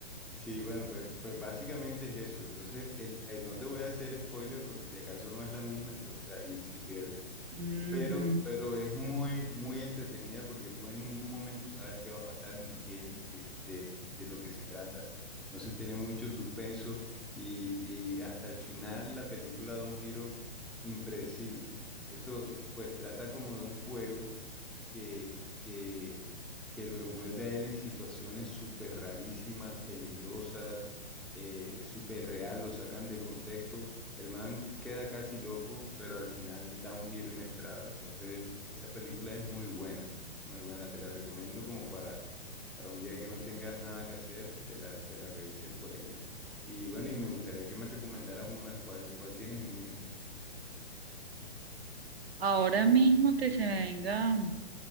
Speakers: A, in the centre; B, on the right.
A: Sí, bueno, pues, pues básicamente es eso. Entonces, el, eh, no te voy a hacer spoiler porque si acaso no es la misma, entonces ahí sí pierdes.
B: Ujú.
A: Pero, pero es muy, muy entretenida porque tú en ningún momento sabes qué va a pasar ni qué es lo que es- de, de lo que se trata. Entonces tiene mucho suspenso y, y hasta el final la película da un giro impredecible. Esto pues trata como de un juego que, que, que lo envuelve a él en situaciones súper rarísimas, peligrosas, eh, súper real, lo sacan de contexto el man queda casi loco, pero al final da un giro inesperado. Entonces, esa película es muy buena, muy buena. Te la recomiendo como para, para un día que no tengas nada que hacer, te la, te la revises por ahí. Y bueno, y me gustaría que me recomendaras una, ¿cuál, cuál tienes en mente?
B: Ahora mismo que se me venga.